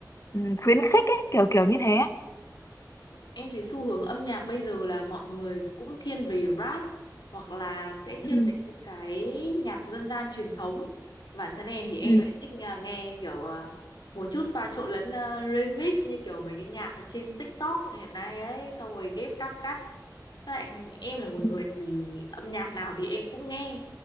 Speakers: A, on the left (about 45°); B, on the left (about 80°).
A: ừm, khuyến khích ấy, kiểu kiểu như thế ấy.
B: Em thấy xu hướng âm nhạc bây giờ là mọi người cũng thiên về rap hoặc là sẽ thiên
A: ừ
B: về những cái nhạc dân gian truyền thống. Bản thân em thì em
A: ừ.
B: lại thích nghe, nghe kiểu à, một chút pha trộn lẫn à, remix như kiểu mấy cái nhạc ở trên TikTok hiện nay ấy, xong rồi ghép cắp cắt. Với lại em là một
A: Ừ.
B: người thì âm nhạc nào thì em cũng nghe.